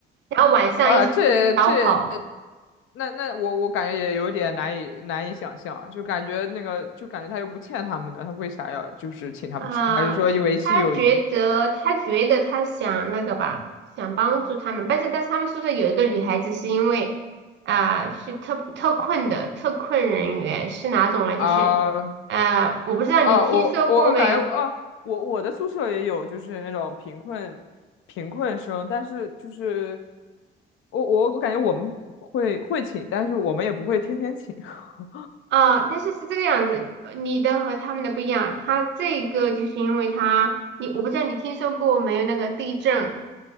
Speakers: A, on the right (about 65°); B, on the left (about 85°).
A: 然后晚上一起吃烧烤
B: 哇，这这，那那我我感觉也有点难以难以想象，就感觉那个就感觉他又不欠他们的，他为啥要就是请他们吃？
A: 啊。
B: 还是说维系友谊
A: 他他觉得他觉得他想那个吧，想帮助他们，但是但是他们宿舍有一个女孩子是因为啊、是特特困的特困人员，是哪种呢？就是。
B: 啊？
A: 呃，我不知道你听说过没有，
B: 啊，我我我感觉啊，我我的宿舍也有，就是那种贫困贫困生，但是就是我我我感觉我们会会请，但是我们也不会天天请。<laughs>
A: 啊，但是是这个样子，你的和他们的不一样。他这个就是因为他，你我不知道你听说过没有那个地震，